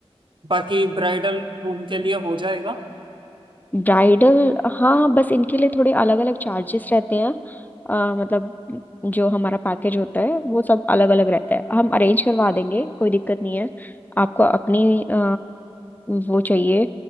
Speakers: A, on the right; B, on the left.
A: बाकी ब्राइडल रूम के लिए हो जाएगा
B: ब्राइडल हाँ बस इनके लिए थोड़े अलग अलग चार्जेस रहते हैं अ, मतलब जो हमारा पैकेज होता है वो सब अलग अलग रहता है हम अरेंज करवा देंगे कोई दिक्कत नहीं है आपको अपनी अ, वो चाहिए